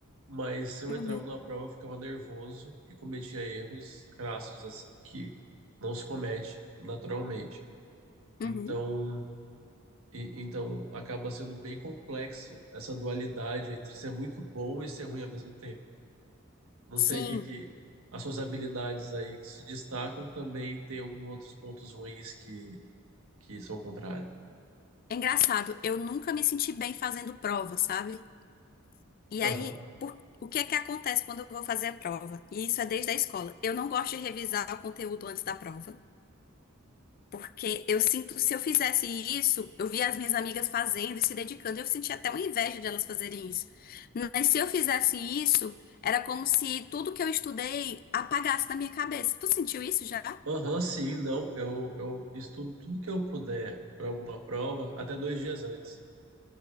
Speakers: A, on the right; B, on the left.
A: mas se eu
B: uhum.
A: entrava numa prova, eu ficava nervoso e cometia erros crassos, assim, que não se comete naturalmente. Então.
B: Uhum.
A: E, então acaba sendo bem complexo essa dualidade entre ser muito bom e ser ruim ao mesmo tempo. Não sei
B: Sim,
A: o que, que as suas habilidades aí que se destacam também tem alguns outros pontos ruins que, que são o contrário.
B: é engraçado. Eu nunca me senti bem fazendo prova, sabe? E
A: Aham.
B: aí, por- o que é que acontece quando eu vou fazer a prova? E isso é desde a escola. Eu não gosto de revisar o conteúdo antes da prova, porque eu sinto, se eu fizesse isso, eu via as minhas amigas fazendo e se dedicando, e eu sentia até uma inveja de elas fazerem isso. Mas se eu fizesse isso, era como se tudo que eu estudei apagasse da minha cabeça. Tu sentiu isso já?
A: Aham, sim, não. Eu, eu estudo tudo que eu puder para alguma prova até dois dias antes.